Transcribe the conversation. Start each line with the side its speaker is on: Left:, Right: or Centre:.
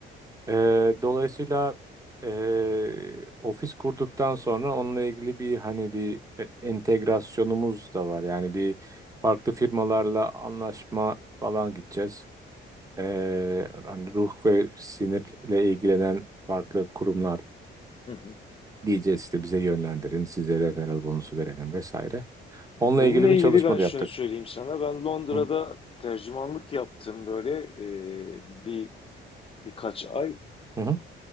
Right: Ee, dolayısıyla ee, ofis kurduktan sonra onunla ilgili bir hani bir e, entegrasyonumuz da var. Yani bir farklı firmalarla anlaşma falan gideceğiz. Ee, hani ruh ve sinirle ilgilenen farklı kurumlar
Left: hı hı.
Right: Diyeceğiz işte bize yönlendirin, size referral bonusu verelim vesaire. Onunla
Left: Bununla
Right: ilgili
Left: ilgili
Right: bir çalışma
Left: ben
Right: da
Left: şunu
Right: yaptık.
Left: söyleyeyim sana. Ben Londra'da
Right: Hı
Left: tercümanlık yaptım böyle e, bir birkaç ay.
Right: hı hı